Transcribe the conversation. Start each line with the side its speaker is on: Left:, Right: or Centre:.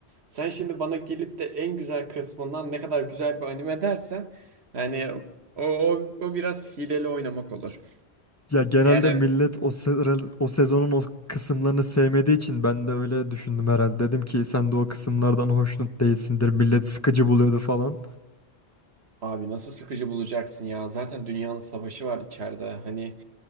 Right: Sen şimdi bana gelip de en güzel kısmından ne kadar güzel bir anime dersen yani o, o, o biraz hileli oynamak olur.
Left: Ya genelde
Right: Yani
Left: millet o, se- o sezonun o kısımlarını sevmediği için ben de öyle düşündüm herhalde. Dedim ki sen de o kısımlardan hoşnut değilsindir. Millet sıkıcı buluyordu falan.
Right: abi nasıl sıkıcı bulacaksın ya zaten dünyanın savaşı var içeride hani